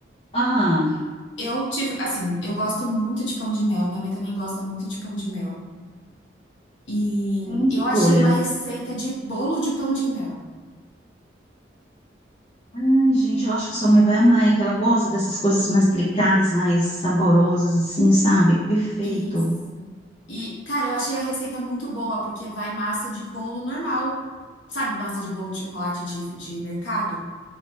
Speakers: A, on the left; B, on the left.
A: Ah,
B: eu tive, assim, eu gosto muito de pão de mel. Minha mãe também gosta muito de pão de mel. E
A: excelente
B: eu
A: escolha.
B: achei uma receita de bolo de pão de mel.
A: Ai, gente, eu acho que sua mãe vai amar, hein, que ela gosta dessas coisas mais delicadas, mais saborosas, assim, sabe? Perfeito.
B: Isso. E, cara, eu achei a receita muito boa, porque vai massa de bolo normal. Sabe, massa de bolo de chocolate de, de mercado?